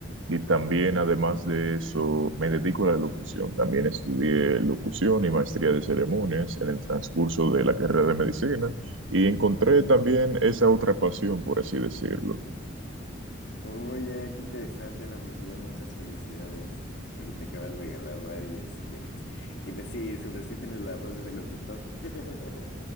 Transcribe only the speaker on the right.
y también además de eso me dedico a la locución, también estudié locución y maestría de ceremonias en el transcurso de la carrera de medicina y encontré
también esa otra pasión, por así decirlo,